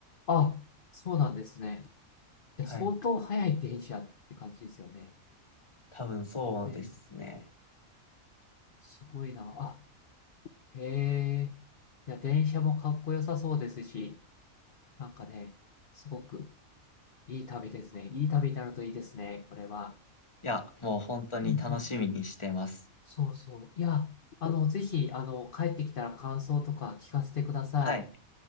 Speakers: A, on the left; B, on the left.
A: あ、そうなんですね。いや、
B: はい。
A: 相当早い電車って感じですよね。
B: 多分そうですね。
A: ええ。すごいな。あ、へえ。いや、電車もかっこよさそうですし、なんかね、すごくいい旅ですね。いい旅になるといいですね、これは。
B: いや、もう本当に楽しみにしてます。
A: うんうん。そうそう。いや、あの、ぜひ、あの、帰ってきたら感想とか聞かせてください。
B: はい。